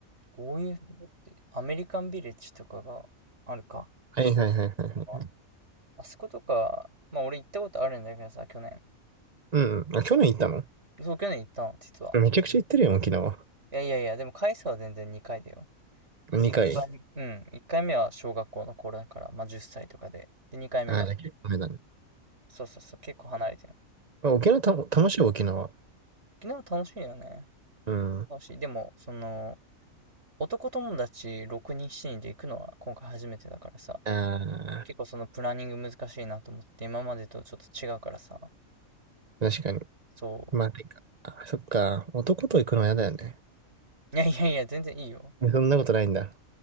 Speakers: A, on the right; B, on the right.
A: こういうのって、アメリカンビレッジとかがあるか。
B: はいはいはいはいはい。
A: ああそことか、まあ俺行ったことあるんだけどさ、去年。
B: うんうん。あ、去年行ったの
A: そう、去年行ったの、実は。
B: めちゃくちゃ行ってるよ、沖縄。
A: いやいやいや、でも回数は全然2回だよ。
B: 2回。
A: 1回、うん、1回目は小学校の頃だから、まあ10歳とかで。で、2回目が
B: ああ、じゃあ結構前だね。
A: そうそうそう、結構離れてる。
B: あ沖縄た、楽しいよ、沖縄。
A: 沖縄楽しいよね。
B: うん。
A: 楽しい。でも、その、男友達6人、7人で行くのは今回初めてだからさ、
B: ああ、
A: 結構そのプランニング難しいなと思って、今までとちょっと違うからさ、
B: 確かに。
A: そ
B: まあ、てか、あ、そっか。男と行くのは嫌だよね。
A: う。いやいやいや、全然いいよ。
B: えそんなことないんだ。